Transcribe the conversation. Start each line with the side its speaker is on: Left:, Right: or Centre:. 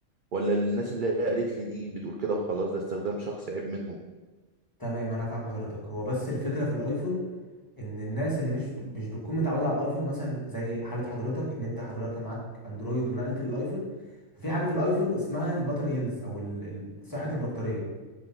Right: ولا الناس اللي قالت لي دي بتقول كده وخلاص ده استخدام شخصي عيب منهم
Left: تمام انا فاهم حضرتك هو بس الفكره في الايفون ان الناس اللي مش بت- مش بتكون متعوده على الايفون مثلا زي حاله حضرتك ان انت حضرتك كان معاك اندرويد ونقلت للايفون في حاجه في الايفون اسمها الباتري هيلث او ال- ال- صحه البطاريه